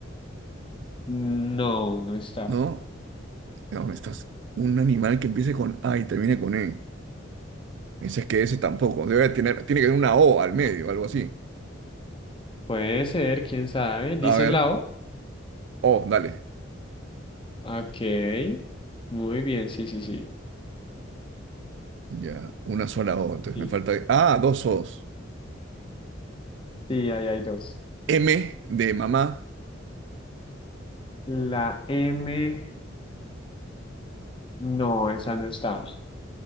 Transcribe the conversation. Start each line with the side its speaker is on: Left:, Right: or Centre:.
Left: No, no está.
Right: ¿no? ¿Dónde estás? Un animal que empiece con A y termine con E. Me dices que ese tampoco. Debe tener, tiene que tener una O al medio, algo así.
Left: Puede ser, quién sabe. ¿Dices
Right: A ver,
Left: la O?
Right: O, dale.
Left: Ok. Muy bien, sí, sí, sí.
Right: Ya, una sola O. Entonces
Left: Sí.
Right: me falta. Ah, dos O's.
Left: Sí, ahí hay dos.
Right: M de mamá.
Left: La M, no, esa no está.